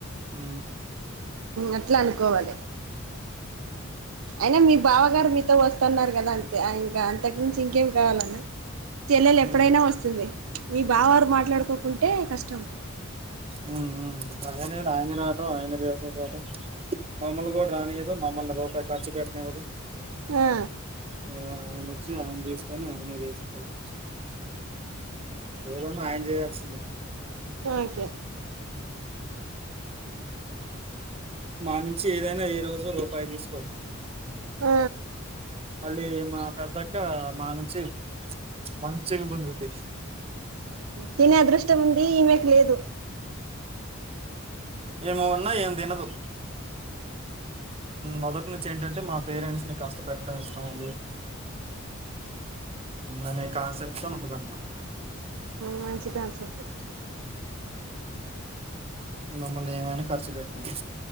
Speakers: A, on the right; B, on the right.
A: ఉమ్
B: అట్లా అనుకోవాలి అయినా మీ బావగారు మీతో వస్తున్నారు కదా అంతే ఇంకా అంతకు మించి ఇంకేం కావాలన్నా చెల్లెలు
A: ఉమ్
B: ఎప్పుడైనా వస్తుంది మీ బావాగారు మాట్లాడుకోకుంటే కష్టం
A: ఉమ్ ఉం అనే ఆయనే రావటం ఆయనే తీసుక పోటం మమ్మల్ని కూడా రానియదు మమ్మల్ని రూపాయి ఖర్చు పెట్టనివ్వదు
B: ఆ
A: ఆ అయన వచ్చి అ కొని ఆయనే వేసుకోవటం ఏదైనా ఆయన చేయాల్సిందే
B: ఒకే
A: మా నుంచి ఏదైనా ఏ రోజు రూపాయి తీసుకోదు
B: ఆ
A: మళ్ళీ మా పెద్దక్క మా నుంచి మంచిగా గుంజుద్ది
B: తినే అదృష్టం ఉంది. ఈమెకు లేదు.
A: ఈమ ఉన్నా ఏం తినదు. మొదటి నుంచి ఏంటంటే మా పేరెంట్స్ ని కష్ట పెట్టడం ఇష్టం ఉండదు. అనే కాన్సెప్ట్ తో ఉంటా తన మాట
B: మంచి కాన్సెప్టే
A: మమ్మల్ని ఏమైనా ఖర్చు పెట్టినీ